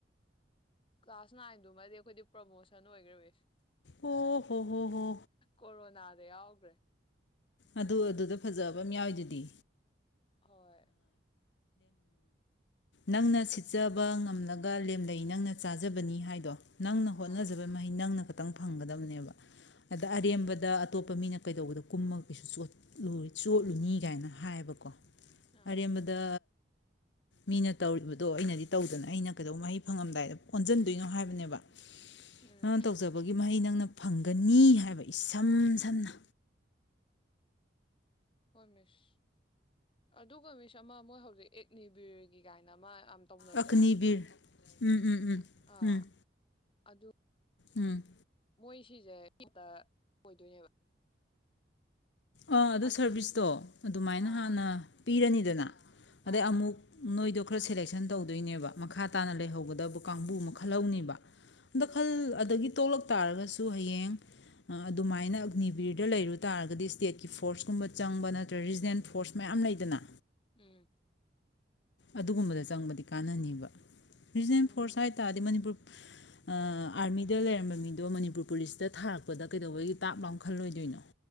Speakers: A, on the left; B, on the left.
A: ꯀ꯭ꯂꯥꯁ ꯅꯥꯏꯟꯗꯨꯃꯗꯤ ꯑꯩꯈꯣꯏꯗꯤ ꯄ꯭ꯔꯣꯃꯣꯁꯟ ꯑꯣꯏꯈ꯭ꯔꯕ
B: ꯑꯣ ꯍꯣ ꯍꯣ ꯍꯣ
A: ꯀꯣꯔꯣꯅꯥ ꯌꯥꯎꯕ꯭ꯔꯦ
B: ꯑꯗꯨ ꯑꯗꯨꯗ ꯐꯖꯕ ꯑꯃ ꯌꯥꯎꯋꯏꯗꯨꯗꯤ
A: ꯍꯣꯏ
B: ꯅꯪꯅ ꯁꯤꯠꯆꯕ ꯉꯝꯂꯒ ꯂꯦꯝꯂꯩ ꯅꯪꯅ ꯆꯥꯖꯕꯅꯤ ꯍꯥꯏꯗꯣ ꯅꯪꯅ ꯍꯣꯠꯅꯖꯕ
A: ꯑꯥ
B: ꯃꯍꯩ ꯅꯪꯅ ꯈꯤꯇꯪ ꯐꯪꯒꯗꯕꯅꯦꯕ ꯑꯗ
A: ꯎꯝ
B: ꯑꯔꯤꯕꯗ ꯑꯇꯣꯞꯄ ꯃꯤꯅ ꯀꯩꯗꯧꯕꯗ ꯀꯨꯝꯃꯒ ꯀꯩꯁꯨꯠꯂ ꯆꯣꯠꯂꯨꯅꯤ ꯀꯥꯏꯅ ꯍꯥꯏꯌꯦꯕꯀꯣ
A: ꯑꯥ
B: ꯑꯔꯦꯝꯕꯗ ꯃꯤꯅ ꯇꯧꯔꯤꯕꯗꯣ ꯑꯩꯅꯗꯤ ꯇꯧꯗꯅ ꯑꯩꯅ ꯀꯩꯗꯧꯕ ꯃꯍꯩ ꯐꯪꯉꯝꯗꯥꯏꯗ ꯑꯣꯟꯁꯤꯟꯗꯣꯏꯅꯣ ꯍꯥꯏꯕꯅꯦꯕ
A: ꯎꯝ
B: ꯑ ꯇꯧꯖꯕꯒꯤ ꯃꯍꯩꯅ ꯅꯪꯅ ꯐꯪꯒꯅꯤ ꯍꯥꯏꯕ ꯏꯁꯝ ꯁꯝꯅ
A: ꯍꯣꯏ ꯃꯤꯁ ꯑꯗꯨꯒ ꯃꯤꯁ ꯑꯃ ꯃꯣꯏ ꯍꯧꯖꯤꯛ ꯑꯦꯛꯅꯤꯕꯤꯔꯒꯤ ꯀꯥꯏꯅ ꯑꯃ ꯌꯥꯝ ꯇꯧꯅꯩꯗꯅ
B: ꯑꯒꯅꯤꯕꯤꯔ ꯎꯝ ꯎꯝ
A: ꯑꯥ
B: ꯎꯝ ꯎꯝ
A: ꯑꯗꯨ
B: ꯎꯝ
A: ꯃꯣꯏ ꯁꯤꯖꯦ <unintelligible> ꯑꯣꯏꯗꯣꯏꯅꯦꯕ
B: ꯑꯥ ꯑꯗꯨ
A: ꯑꯗꯨꯗꯣ
B: ꯁꯥꯔꯚꯤꯁꯇꯣ
A: ꯃꯤꯁ
B: ꯑꯗꯨꯃꯥꯏꯅ
A: ꯑꯥ
B: ꯍꯥꯟꯅ ꯄꯤꯔꯅꯤꯗꯅ ꯑꯗꯩ
A: ꯑꯥ
B: ꯑꯃꯨꯛ ꯅꯣꯏꯗꯣ ꯈꯔ ꯁꯦꯂꯦꯛꯁꯟ ꯇꯧꯗꯣꯏꯅꯦꯕ ꯃꯈꯥ ꯇꯥꯅ
A: ꯎꯝ
B: ꯂꯩꯍꯧꯒꯗꯕ ꯀꯥꯡꯕꯨ ꯃꯈꯜꯍꯅꯦꯕ
A: ꯎꯝ
B: ꯗ ꯈꯜ ꯑꯗꯒꯤ ꯇꯣꯛꯂꯛ ꯇꯥꯔꯒꯁꯨ ꯍꯌꯦꯡ ꯑꯗꯨꯃꯥꯏꯅ ꯑꯒꯅꯤꯕꯤꯔꯗ ꯂꯩꯔꯨ ꯇꯥꯔꯒꯗꯤ ꯁ꯭ꯇꯦꯠ ꯀꯤ ꯐꯣꯔꯁꯀꯨꯝꯕ ꯆꯪꯕ ꯅꯠꯇ꯭ꯔꯒ ꯔꯤꯖꯅꯦꯜ ꯐꯣꯔꯁ ꯃꯌꯥꯝ ꯂꯩꯗꯅ
A: ꯎꯝ
B: ꯑꯗꯨꯒꯨꯝꯕꯗ ꯆꯪꯕꯗꯤ ꯀꯥꯟꯅꯅꯤꯕ ꯔꯤꯖꯅꯦꯜ
A: ꯎꯝ
B: ꯐꯣꯔꯁ ꯍꯥꯏ ꯇꯥꯔꯗꯤ ꯃꯅꯤꯄꯨꯔ ꯑꯥ ꯑꯥꯔꯃꯤꯗ ꯂꯩꯔꯝꯕ ꯃꯤꯗꯣ ꯃꯅꯤꯄꯨꯔ ꯄꯨꯂꯤꯁꯇ ꯊꯥꯔꯛꯄꯗ ꯀꯩꯗꯧꯕꯩ ꯇꯥꯞ ꯂꯥꯎ ꯈꯜꯂꯣꯏꯗꯣꯏꯅꯣ